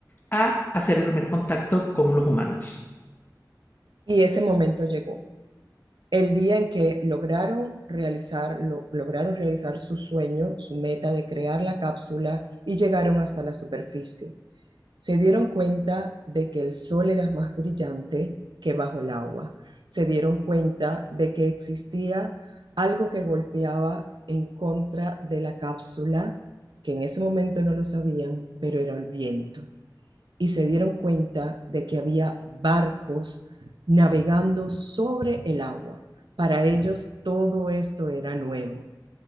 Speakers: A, on the left; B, on the right.
A: a hacer el primer contacto con los humanos.
B: Y ese momento llegó. El día en que lograron realizar, lo- lograron realizar su sueño, su meta de crear la cápsula y llegaron hasta la superficie. Se dieron cuenta de que el sol era más brillante que bajo el agua. Se dieron cuenta de que existía algo que golpeaba en contra de la cápsula, que en ese momento no lo sabían, pero era el viento y se dieron cuenta de que había barcos navegando sobre el agua. Para ellos todo esto era nuevo.